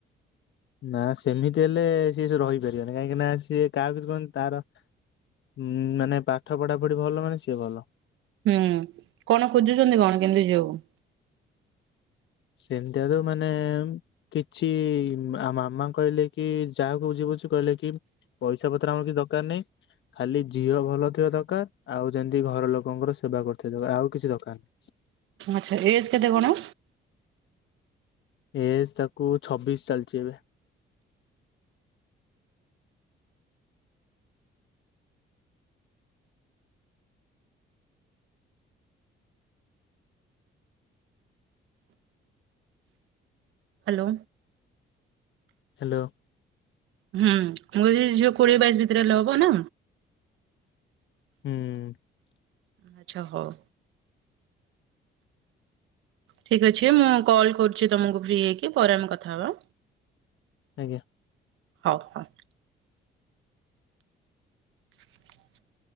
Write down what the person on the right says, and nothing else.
ହୁଁ କଣ ଖୋଜୁଛନ୍ତି କଣ କେମିତି ଝିଅକୁ?
ଆଚ୍ଛା ଏଜ୍ କେତେ କଣ?
ହ୍ୟାଲୋ।
ହୁଁ ମୁଁ ଯଦି ଝିଅ କୋଡିଏ ବାଇଶି ଭିତରେ ହେଲେ ହବ ନା।
ଆଚ୍ଛା ହଉ। ଠିକ ଅଛି। ମୁଁ କଲ୍ କରୁଛି ତମକୁ ଫ୍ରି ହେଇକି ପରେ ଆମେ କଥା ହେବା।
ହଉ ହଉ। <unintelligible>